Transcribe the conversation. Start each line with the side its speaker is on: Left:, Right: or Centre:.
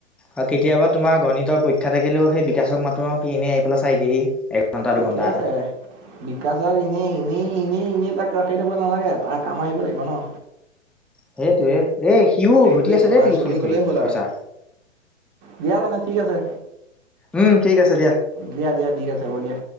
Centre: আৰু কেতিয়াবা তোমাৰ গণিতৰ পৰীক্ষা থাকিলেও সেই বিকাশক মাতো আৰু সি এনে আহি পেলাই চাই দিয়েহি। এঘণ্টা
Right: ঠিকে
Centre: দুঘণ্টা
Right: আছে।
Centre: এটা
Right: বিকাশ দা এনেই এনেই এনে এনেই তাক ৰাখি থব নালাগে তাৰ কাম আহিব লাগিব ন
Centre: সেইটো এ সিও
Right: সেইটোৱে
Centre: ঘটি আছে
Right: তোমাৰ
Centre: দেই টিউচন
Right: চলি গ'লেই
Centre: কৰি
Right: হ'ল
Centre: পইচা
Right: আৰু দিয়া তেনে ঠিক আছে
Centre: উম ঠিক আছে দিয়া
Right: দিয়া দিয়া ঠিক আছে হ'ব দিয়া